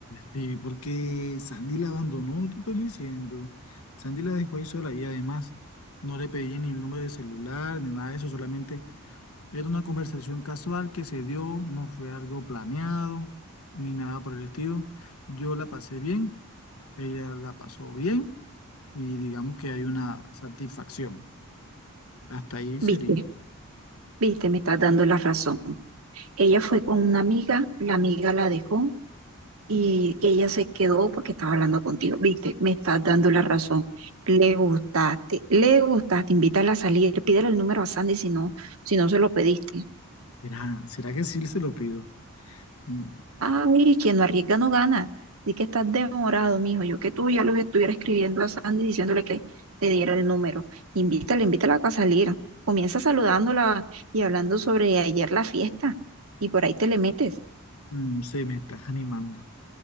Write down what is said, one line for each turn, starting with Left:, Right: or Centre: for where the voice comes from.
Left: Sí, porque Sandy la abandonó, no te estoy diciendo. Sandy la dejó ahí sola y además no le pedí ni el número de celular ni nada de eso, solamente era una conversación casual que se dio, no fue algo planeado ni nada por el estilo. Yo la pasé bien, ella la pasó bien y digamos que hay una satisfacción. Hasta ahí
Right: Viste,
Left: sería.
Right: viste, me estás dando la razón. Ella fue con una amiga, la amiga la dejó y ella se quedó porque estaba hablando contigo. Viste, me estás dando la razón. Le gustaste, le gustaste, invítala a salir, pídele el número a Sandy si no, si no se lo pediste.
Left: Será, ¿será que sí se lo pido? Mm,
Right: Ay, quien no arriesga no gana. Di que estás demorado, mijo. Yo que tú ya los estuviera escribiendo a Sandy diciéndole que te diera el número. Invítala, invítala a salir. Comienza saludándola y hablando sobre ayer la fiesta. Y por ahí te le metes.
Left: No sé, me estás animando.